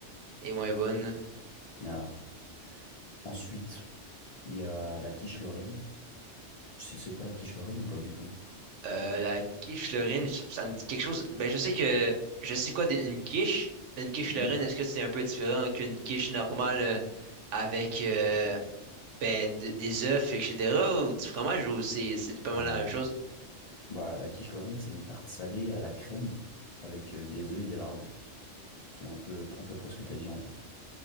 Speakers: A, on the right; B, on the left.
A: est moins bonne.
B: Ah. Ensuite, il y a la quiche Lorraine. Tu sais c'est quoi la quiche Lorraine ou pas du tout?
A: Euh, la quiche Lorraine, ça ça me dit quelque chose. Ben, je sais que je sais quoi d'une quiche. Une quiche
B: Mhm.
A: Lorraine, est-ce que c'est un peu différent qu'une quiche normale euh, avec euh, ben, de- des œufs, etc. ou du fromage ou c'est c'est pas
B: Bah,
A: mal la même chose?
B: Bah, la quiche Lorraine, c'est une tarte salée à la crème avec euh, des œufs et des lardons. C'est un peu, un peu près ce que tu as dit en vrai.